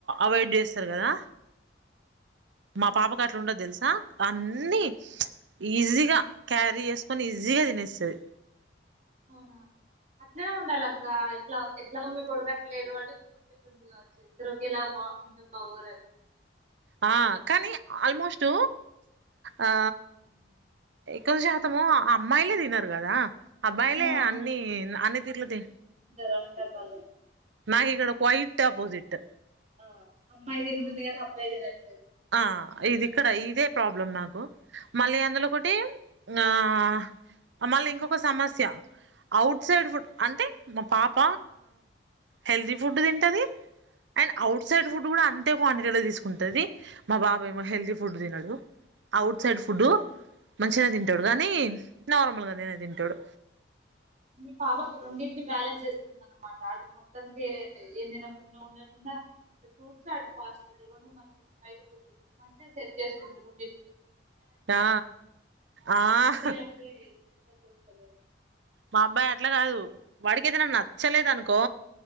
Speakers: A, on the right (about 70°); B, on the right (about 35°).
A: అయిడ్ చే రారా మా పాపకు అట్లుండదు తెలుసా అన్ని ఈజీగా క్యారీ చేసుకొని ఈజీగా తినేస్తుది
B: అవునా అట్లనే ఉండాలి అక్క ఎట్లా ఎట్లాగో మీకు కొడగట్ లేదు వాటి పూతుట్లు ఉంది కావచ్చు ఇద్దరుక ఎలా బా ఉంటు బావరని
A: ఆ కానీ ఆల్మోస్ట్ ఆ ఎక్కువ శాతము ఆ అమ్మాయిలే తిినారు కదా అబ్బాయిలే
B: ఆ
A: అన్నీ అన్ తీర్లుది
B: రంట కాాలం
A: నాకు ఇక్కడ కైట్ అపోజిట్
B: ఆ అమ్మాయి తింటుంది కదా అబ్బాయి తిన్నట్లేదు
A: అ ఇది ఇక్కడ ఇదే ప్రాబ్లం నాకు మళ్ళీ అందులో ఒకటి ఆ మళ్ళీ ఇంకొక సమస్య ఔట్సైడ్
B: ఆ,
A: ఫుడ్ అంటే మా పాప హెల్తీ ఫుడ్ తింటది, అండ్ అవుట్ సైడ్ ఫుడ్ కూడా అంతే క్వాంటిటీలో తీసుకుంటది. మా బాబు ఏమో హెల్తీ ఫుడ్ తినడు, అవుట్ సైడ్ ఫుడ్ మంచిగా తింటాడు, కానీ నార్మల్గా గానే తింటాడు.
B: మీ పాబ రెండింటిని బ్యాలెన్స్ చేస్తుంది అనమాట అటు మొత్తానికి ఏం తినకుండా ఉండకుండా ఫ్రూట్స్ అటు ఫాస్ట్ ఫుడ్ రెండు మంచి బయట ఫుడ్ మంచిగా సెట్ చేస్తుంది రొండింటిని
A: ఆ ఆహ్
B: మీ అబ్బాయి అట్లా చేస్తలేదు
A: మా అబ్బాయి అట్లా కాదు వాడికెదైన నచ్చలేదు అనుకో